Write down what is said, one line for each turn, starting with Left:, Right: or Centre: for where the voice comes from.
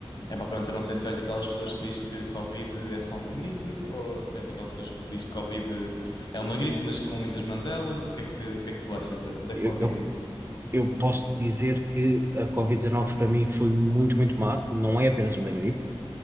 Left: é para pronto, eu não sei se és daquelas pessoas que diz que Covid é só uma gripe, ou se és daquelas pessoas que diz que Covid é uma gripe, mas com muitas manzelas. O que é que, o que é que tu achas da, da
Right: Eu,
Left: Covid
Right: eu,
Left: em si?
Right: eu posso dizer que a Covid-19 para mim foi muito, muito má, não é apenas uma gripe.